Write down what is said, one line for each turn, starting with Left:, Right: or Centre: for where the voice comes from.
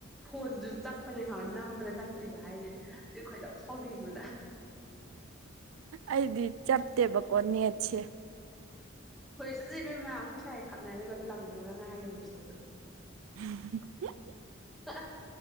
Centre: ꯈꯣꯟꯖ ꯆꯞꯄꯅꯤ ꯈ ꯅꯝꯕꯅ ꯆꯠꯇ꯭ꯔꯤ ꯚ ꯍꯥꯏꯁꯦ ꯈꯣꯏꯂꯎ ꯁꯥꯎꯔꯤ ꯃꯥ
Right: ꯑꯩꯗꯤ ꯆꯞꯇꯦꯕꯀꯣ ꯅꯦꯠꯁꯦ
Centre: ꯍꯣꯏ ꯆꯠꯆ ꯏꯕꯦꯝꯃꯥ ꯑꯩꯈꯣꯏ ꯁꯥꯏꯦ ꯈꯞꯅꯩ ꯑꯗꯨꯒ ꯂꯪꯉꯗ ꯉꯥꯏꯌꯦ ꯍꯨꯏꯁꯤꯗꯁꯨ
Right: <unintelligible>
Centre: ꯑ